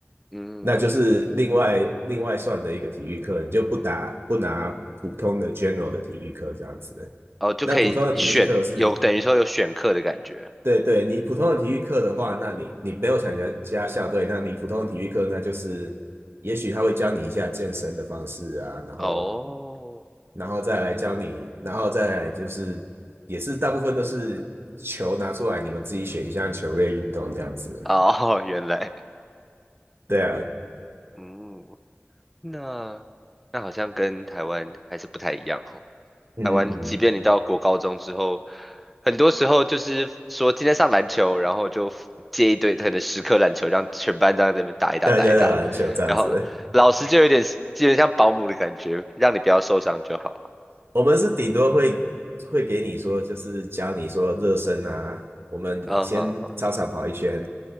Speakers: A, in the centre; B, on the right.
A: 嗯，
B: 那就是另外另外算的一个体育课，你就不打不拿普通的 general 的体育课这样子。
A: 哦，就可以选，
B: 那普通的体育课是
A: 有等于说有选课的感觉。
B: 对对，你普通的体育课的话，那你你没有参加加校队，那你普通的体育课那就是，也许他会教你一下健身的方式啊，然后
A: 哦，
B: 然后再来教你，然后再来就是也是大部分都是球拿出来，你们自己选一项球类运动这样子。
A: 哦，<laughs> 原来，
B: 对啊，
A: 嗯，那那好像跟台湾还是不太一样
B: 嗯嗯，
A: 台湾，即便你到国高中之后，很多时候就是说今天上篮球，然后就借一堆可能十颗篮球，让全班这样在那边打一打打一打，
B: 大家在篮球这样子。
A: 然后老师就有点基本像保姆的感觉，让你不要受伤就好。
B: 我们是顶多会会给你说，就是教你说热身啊，我们先操场跑一圈，
A: 嗯哼哼，